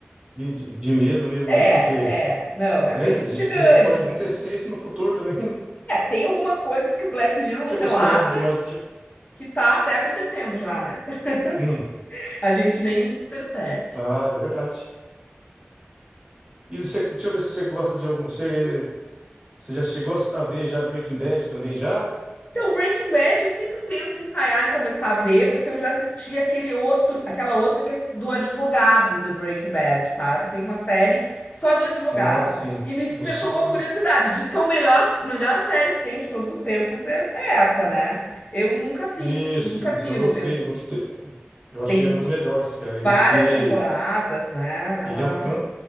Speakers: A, on the right (about 30°); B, on the left (about 35°).
A: de, de, de medo mesmo
B: é,
A: ali, porque,
B: é, não,
A: né,
B: é bem
A: a
B: instigante,
A: gente pensa que pode acontecer
B: assim.
A: isso no futuro também, né?
B: É, tem algumas coisas que o Black Mirror
A: Deixa
B: relata
A: eu ver se eu lembro de mais.
B: que tá até acontecendo já, né?
A: Hum.
B: <laughs> A gente nem percebe.
A: Ah, é verdade. E você, deixa eu ver se você gosta de algum. Você, você já chegou a ver já Breaking Bad também já?
B: Então, Breaking Bad eu sempre tento ensaiar em começar a ver, porque eu já assisti aquele outro, aquela outra que é do advogado de Breaking Bad, sabe? Tem uma série só do advogado.
A: Ah, sim.
B: E me despertou
A: O Sal,
B: uma curiosidade.
A: né?
B: Diz que é o melhor, melhor série que tem de todos os tempos é, é essa, né? Eu nunca vi,
A: Isso,
B: nunca vi.
A: isso, eu
B: Eu,
A: gostei,
B: eu-
A: gostei. Eu achei
B: tem
A: uma das melhores, cara. Ele,
B: várias
A: que ele,
B: temporadas, né?
A: ele
B: Ela.
A: é um can...